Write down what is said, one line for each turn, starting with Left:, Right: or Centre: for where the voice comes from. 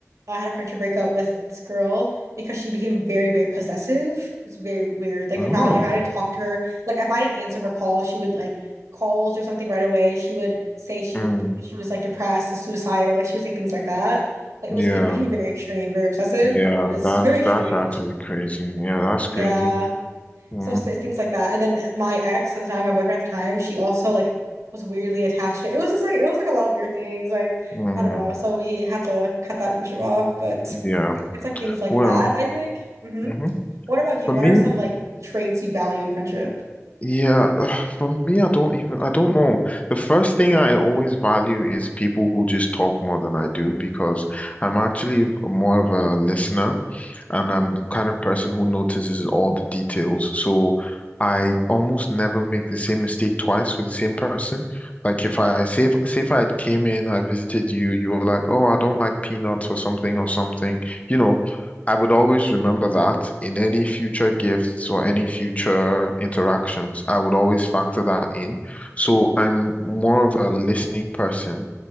Right: I had a friendship breakup with this girl because she became very, very possessive. It was very weird. Like
Left: Oh.
Right: if I if I didn't talk to her, like if I didn't answer her call, she would like calls or something right away. She would say she
Left: Mm.
Right: she was like depressed, suicidal. Like she would say things like that. Like
Left: Yeah.
Right: it was it became very extreme, very obsessive.
Left: Yeah.
Right: It was
Left: That's
Right: very strange.
Left: that's actually crazy. Yeah, that's
Right: Yeah.
Left: crazy. Mm.
Right: So s- things like that. And then my ex at the time, my boyfriend at the time, she also like was weirdly attached to it. It was just like it was like a lot of weird things. Like,
Left: Mm.
Right: I don't know. So we had to cut that friendship off. But
Left: Yeah.
Right: it's like things like
Left: Well.
Right: that, I think. hmm
Left: hmm
Right: What about you?
Left: For
Right: What
Left: me,
Right: are some like traits you value in friendship?
Left: yeah. ugh, For me, I don't even. I don't know. The first thing I always value is people who just talk more than I do because I'm actually more of a listener. and I'm
Right: Mhm.
Left: the kind of person who notices all the details. So I almost never make the same mistake twice with the same person. Like if I say if, say if I came in, I visited you, you were like, "Oh, I don't like peanuts or something or something," you know. I would always remember that in any future gifts or any future interactions, I would always factor that in. So I'm more of a listening person,